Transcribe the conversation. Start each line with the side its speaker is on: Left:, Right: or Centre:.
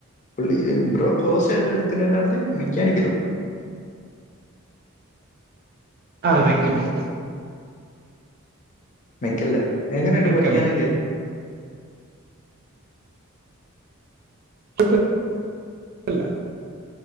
Left: പുള്ളി ബ്രോ കോഴ്സേതെടുക്കണേന്നാ ണ് ഞ്ഞെ മെക്കാനിക്കലോ?
Right: ആഹ് മെക്ക് മെക്ക്.
Left: മെക്കല്ലേ. എങ്ങനെണ്ട്
Right: മെക്ക
Left: പഠിക്കാനൊക്കെ?
Right: മെക്ക കുഴപ്പല്ല.